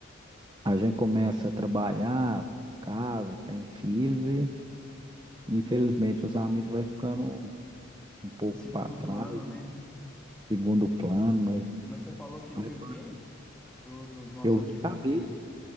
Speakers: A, on the right; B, in the centre.
A: A gente começa a trabalhar, casa, tem filhos e, infelizmente, os amigos vai ficando um pouco
B: Em segundo
A: para trás,
B: plano, né?
A: né? Segundo plano, mas
B: Mas você falou que
A: Mas,
B: viu
A: pô,
B: quem? Do- dos nossos
A: Eu vi
B: antigos
A: o Cabe,
B: amigos aí?